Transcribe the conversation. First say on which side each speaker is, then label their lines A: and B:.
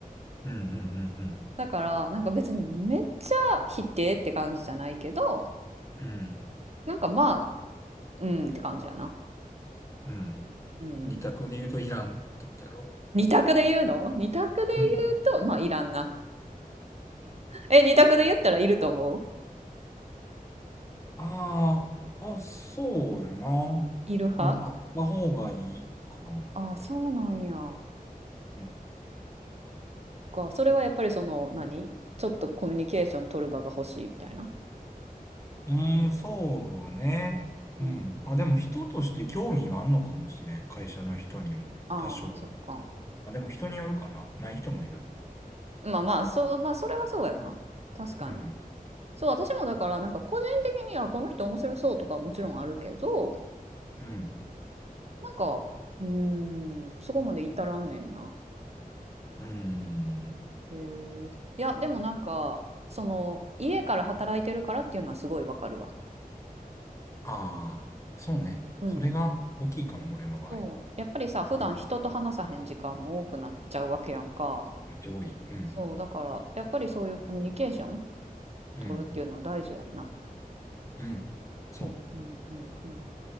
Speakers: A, on the left; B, on the right.
A: うん、うん、うん、
B: だからなんか別にめっちゃ否定って感じじゃないけど、
A: うん。
B: なんかまあ、うんって感じやな。
A: うん
B: うん。
A: 二択で言うとイランってことやろ
B: 二択で言うの二択で言うと、
A: うん。
B: まあいらんな。え、二択で言ったらいると思う
A: ああ、あ、そうやな。
B: いる派
A: うん、あった方がいいかな。
B: あ、そうなんや。
A: うん、
B: か、それはやっぱりその、何ちょっとコミュニケーション取る場が欲しいみたいな。
A: うんそうね。
B: うん。
A: うん。あ、でも人として興味があるのかもしれん。会社の人にも。
B: ああ、
A: 多少。
B: そっか。
A: あ、でも人によるかな。ない人もいる。
B: まあまあ、そう、まあそれはそうやな。確かに。
A: うん。
B: そう、私もだからなんか個人的にはこの人面白そうとかはもちろんあるけど、
A: うん。
B: なんか、うーん、そこまで至らんねんな。
A: うーん。
B: へえ。いや、でもなんか、その、家から働いてるからっていうのはすごいわかるわ。
A: ああ、そうね。
B: うん。
A: それが大きいかも、俺の場合。
B: そう、やっぱりさ、普段人と話さへん時間も多くなっちゃうわけやんか。
A: うん。めっちゃ多い。うん。
B: そう、だから、やっぱりそういうコミュニケーション
A: うん。
B: 取るっていうのは大事やんな。
A: うん。そ
B: うんうんうんうん。